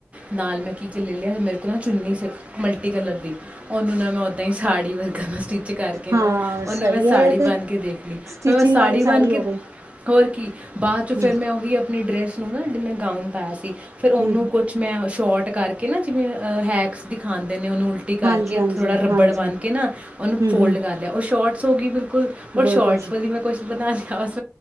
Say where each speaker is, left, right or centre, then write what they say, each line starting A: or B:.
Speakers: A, on the right; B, on the right.
A: ਨਾਲ ਮੈਂ ਕੀ ਜ ਲੈ ਲਿਆ ਮੇਰੇ ਨਾ ਚੁੰਨੀ ਸ ਮਲਟੀ ਕਲਰ ਦੀ ਉਹਨੂੰ ਨਾ ਮੈਂ ਉਓਦਾਂ ਹੀ ਸਾੜੀ ਵਰਗਾ ਨਾ ਕਰਕੇ
B: ਹਾਂ
A: ਨਾ ਉਹਨੂੰ
B: ਸਹੀ
A: ਮੈਂ
B: ਹੈ
A: ਸਾੜੀ ਬਣ
B: ਤੇ
A: ਕੇ ਦੇਖ ਲਈ,
B: ਸਟਿਚਿੰਗ
A: ਫਿਰ ਮੈਂ ਸਾੜੀ
B: ਵਾਲੀ
A: ਬਣ ਕੇ
B: ਹੋ ਗਈ
A: ਹੋਰ ਕੀ, ਬਾਅਦ ਚ
B: ਹਮ
A: ਫਿਰ ਮੈਂ ਉਹੀ ਆਪਣੀ ਡਰੈਸ ਨੂੰ ਉਹ ਨਾ ਜਿਵੇਂ ਮੈਂ ਗਾਊਨ ਪੈਸ ਫਿਰ ਉਹਨੂੰ
B: ਹਮ
A: ਕੁਛ ਮੈਂ ਸ਼ੋਟ ਕਰਕੇ ਨਾ, ਜਿਵੇਂ ਹੈਕਸ ਦਿਖਾਉ ਨੇ ਉਹਨੂੰ ਉਲਟੀ ਕਰਕੇੇ,
B: ਹਾਂਜੀ ਹਾਂਜੀ
A: ਥੋੜ੍ਹਾ ਰੱਬੜ
B: ਹਾਂਜੀ
A: ਬਣਨ ਕੇ ਨਾ ਉਹਨੂੰ
B: ਹਮ
A: ਫੋਲਡ
B: ਹਮ
A: ਕਰ ਲਿਆ ਉਹ ਸ਼ੋਟ ਸੋਗੀ ਬਿਲ ਬ ਰ
B: ਬਿਲਕੁਲ
A: ਸ਼ੋਰਟਸ ਵਾਲੀ ਮੈਂ ਕੁਛ ਬਣਾ ਲਿਆ ਅਸੀ